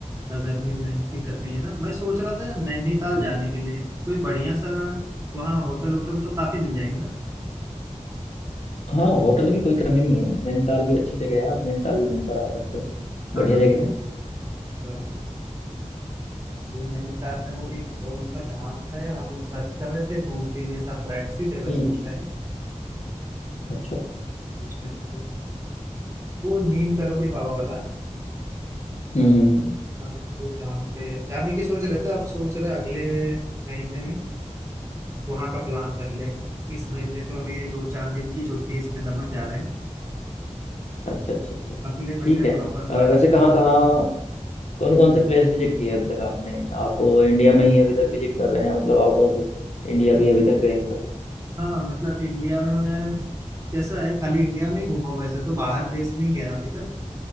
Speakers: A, on the right; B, on the left.
A: और गर्मी में दिक्कत नहीं है ना मैं सोच रहा था यार नैनीताल
B: हाँ
A: जाने के लिए कोई बढ़िया सा वहाँ होटल होटल तो काफी मिल जाएंगे ना
B: हाँ होटल की कोई कमी नहीं है नैनीताल भी अच्छी जगह है आप नैनीताल भी घूम कर आ सकते हो
A: हाँ
B: बढ़िया
A: हाँ
B: जगह है
A: अच्छा। मेन्यू कार्ड में वो एक कौन सा धाम था यार हम लोग सर्च कर रहे थे तो उनके लिए सब फ्रेंड्स ही
B: हम्म
A: थे वैसे उस टाइम
B: अच्छा
A: उस टाइम तो वो नीम करोली बाबा वाला
B: हम्म हम्म, हम्म।
A: हाँ, वो धाम पे जाने की सोच रहे थे अब सोच रहे हैं अगले महीने में वहाँ का प्लान कर ले इस महीने तो अभी दो चार दिन की छुट्टी है, इसलिए दमन जा रहे हैं
B: अच्छा अच्छा अच्छा अच्छा,
A: अगले महीने
B: ठीक है
A: प्रॉपर प्लानिंग
B: अ, वैसे कहाँ
A: कर
B: कहाँ कौन कौन से प्लेस विजिट किए अभी तक आपने आप इंडिया में ही अभी तक विजिट कर रहे हैं मतलब आउट ऑफ इंडिया भी अभी तक गए हैं कभी
A: हाँ मतलब इंडिया में मैं कैसा है खाली इंडिया में ही घूमा हूँ, वैसे तो बाहर देश नहीं गया अभी तक